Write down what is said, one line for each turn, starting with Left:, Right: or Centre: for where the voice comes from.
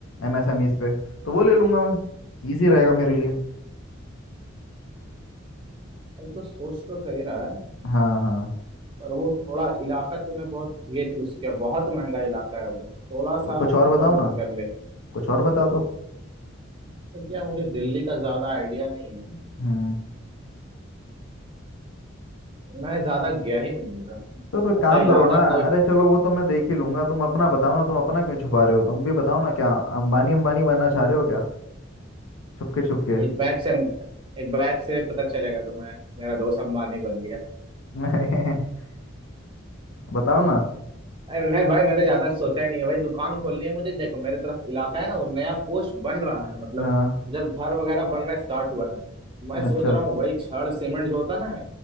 Left: एमएसएमईज पे तो वो ले लूंगा मैं इजी रहेगा मेरे लिए
Right: भाई तो सोच तो सही रहा है
Left: हाँ हाँ
Right: पर वो थोड़ा इलाका तूने बहुत ये चूज किया बहुत महंगा इलाका है वो थोड़ा
Left: तो
Right: सा
Left: कुछ और
Right: इधर
Left: बताओ
Right: उधर
Left: ना
Right: कर ले
Left: कुछ और बता दो
Right: तो क्या मुझे दिल्ली का ज्यादा आइडिया नहीं है
Left: हम्म
Right: मैं ज्यादा गया ही नहीं उधर
Left: तो तो
Right: लगता
Left: काम
Right: है इलाका
Left: करो ना
Right: को
Left: अरे चलो वो तो मैं देख ही लूंगा तुम अपना बताओ ना तुम अपना क्यों छुपा रहे हो तुम भी बताओ ना क्या अंबानी अंबानी बनना चाह रहे हो क्या छुपके छुपके
Right: एक बैग से एक बैग से पता चलेगा तुम्हें मेरा दोस्त अंबानी बन गया
Left: <laughs> बताओ ना
Right: अरे नहीं भाई मैंने ज्यादा सोचा ही नहीं है भाई दुकान खोलनी है मुझे देखो मेरे तरफ इलाका है ना वो नया पोस्ट बन रहा है मतलब
Left: हाँ
Right: इधर घर वगैरह बनना स्टार्ट हुआ है मैं
Left: अच्छा
Right: सोच रहा हूँ वही छड़ सीमेंट जो होता है ना